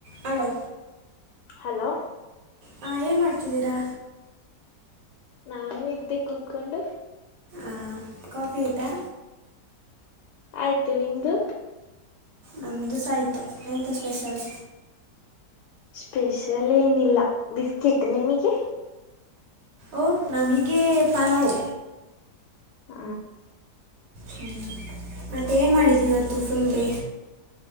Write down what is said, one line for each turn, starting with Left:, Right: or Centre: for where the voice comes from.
Right: Hello
Left: hello
Right: ಹಾ ಏನ್ ಮಾಡ್ತಿದ್ದೀರಾ.
Left: ನಾನು ಇದ್ದೆ ಕೂತ್ಕೊಂಡು.
Right: ಆ ಕಾಫಿ ಆಯ್ತಾ.
Left: ಆಯ್ತು ನಿಮ್ದು.
Right: ನಮ್ದುಸ ಆಯ್ತು ಎಂತ ಸ್ಪೆಷಲ್.
Left: ಸ್ಪೆಷಲ್ ಏನಿಲ್ಲ ಬಿಸ್ಕೆಟ್ ನಿಮಗೆ.
Right: ಓ ನಾಮಿಗೆ ಪಲಾವು.
Left: ಆ
Right: ಹ್ಮು ಮತ್ತೆ ಏನ್ ಮಾಡಿದಿ ಇವತ್ತು ಫುಲ್ ಡೇ.